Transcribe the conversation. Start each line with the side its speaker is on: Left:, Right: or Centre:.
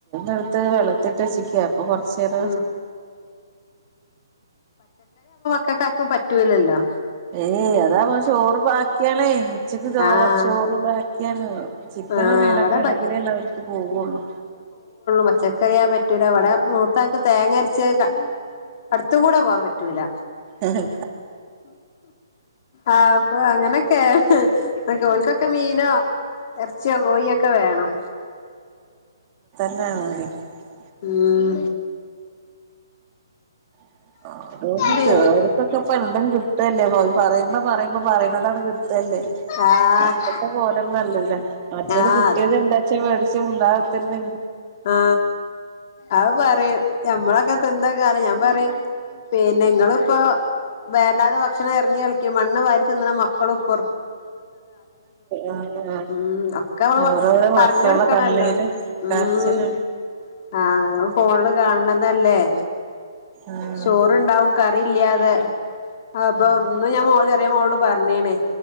Right: എട്ത്ത് വെള്ളത്തി ട്ടെച്ചിക്ക അപ്പൊ കൊർച്ചേര
Left: ഉം ക്കാക്കും പറ്റൂലല്ലോ.
Right: ഏയ് അതാ പ ചോറ് ബാക്കിയാണേ ഉച്ച ക്ക്
Left: ആഹ്
Right: ചോറ് ബാക്കിയാണ്. ചിക്കനോ
Left: ആഹ്
Right: മീനക്കെ
Left: ഇവടെ
Right: ആണെങ്കിലേ
Left: പ
Right: ല്ലേ അവർക്ക് പോവുള്ളൂ.
Left: പച്ചക്കറിയാ പറ്റൂല. ഇവടെ മൂത്താക്ക് തേങ്ങര്ച്ച ക അട്ത്ത് കൂടെ പോകാൻ പ റ്റൂല്ല.
Right: ആഹ്
Left: ആഹ് പ്പൊ അങ്ങനൊക്കേണ്. ഓൽക്കൊക്കെ മീനോ എർച്ചിയോ കോഴിയൊക്കെ വേണം.
Right: <unintelligible>
Left: ഉം.
Right: <unintelligible>
Left: പി
Right: അവര്ക്കൊക്കെ ഇപ്പ എന്തും കിട്ടല്ലേ. പറയുമ്പ പറയുമ്പ പറയ്ണതാണ്ട് കി തല്ലേ.
Left: ആഹ്
Right: പണ്ടത്തെ പോലെന്നല്ലല്ലേ, മറ്റേത്
Left: ആഹ്
Right: കിട്ടിയത് എന്താച്ചാ മേടിച്ച് മിണ്ടാതെ ക്കുത്തർന്ന്
Left: ആ ആയ് പറയും നമ്മളൊക്കെ തിനെ കാര്യം ഞാൻ പറയും. പിന്നെ നിങ്ങളിപ്പോ വേണ്ടാതെ ഭക്ഷണം എറിഞ്ഞ് കളിക്കും. മണ്ണ് വാരി തിന്നണ മക്കളും ഇപ്പ
Right: ആ
Left: ഉം ഒക്കെ നമ്മള്
Right: ഓരോരോ മക്കളുടെ
Left: പറഞ്ഞ് കൊടുക്കണല്ലോ
Right: കണ്ണീര്
Left: ഉം
Right: കരച്ചില്
Left: ആഹ് ഇങ്ങൾ ഫോണില് കാണ്തല്ലേ
Right: ആഹ്
Left: ചോറ് ഉണ്ടാവും കറി ഇല്ലാതെ അപ്പൊ
Right: ആഹ്
Left: ഇന്ന് ഞാൻ മോള് ചെറിയ മോളോട് പറഞ്ഞീണ്.